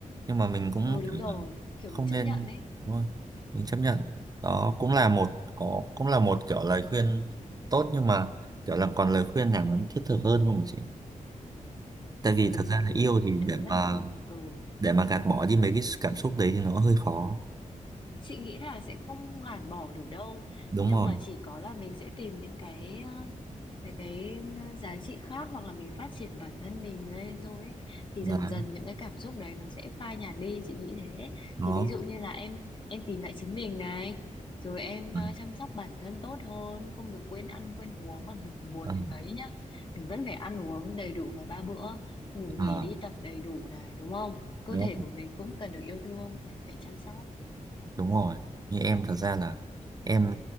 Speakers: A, on the right; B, on the left.
A: nhưng mà mình cũng
B: ừ đúng
A: kiểu
B: rồi
A: là
B: kiểu
A: không
B: mình chấp
A: nên
B: nhận ấy
A: đúng không mình chấp nhận đó cũng là một có cũng là một kiểu lời khuyên tốt nhưng mà kiểu là còn lời khuyên nào nó thiết thực hơn không hả chị tại
B: thì
A: vì thật ra là
B: ví
A: yêu
B: dụ
A: thì
B: đấy
A: để
B: là
A: mà
B: một ừ
A: để mà gạt bỏ đi mấy cái cảm xúc đấy thì nó hơi khó
B: chị nghĩ là sẽ không gạt bỏ được đâu
A: đúng
B: nhưng
A: rồi
B: mà chỉ có là mình sẽ tìm những cái ờ, cái cái ờ, giá trị khác hoặc là mình phát triển bản thân mình lên thôi ấy. thì
A: đó
B: dần dần những cái cảm xúc đấy nó sẽ phai nhạt đi chị nghĩ thế
A: đó
B: thì ví dụ như là em em tìm lại chính mình này rồi em
A: ừ.
B: ờ, chăm sóc bản thân tốt hơn không được quên ăn quên uống mặc dù mình buồn
A: Ừ.
B: đến mấy nhá mình vẫn phải ăn uống đầy đủ ngày ba bữa ngủ
A: À,
B: nghỉ đi tập đầy đủ này đúng không cơ
A: đúng
B: thể của mình cũng cần được yêu thương mình phải chăm sóc
A: đúng rồi như em thật ra là em